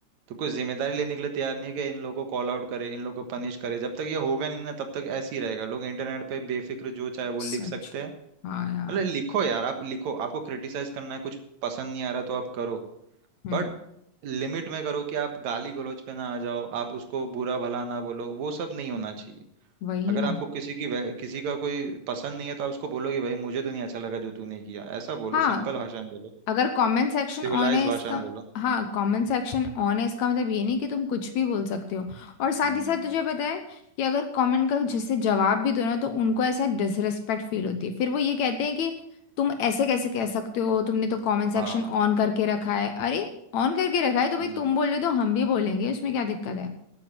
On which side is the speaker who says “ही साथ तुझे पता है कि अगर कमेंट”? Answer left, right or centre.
Left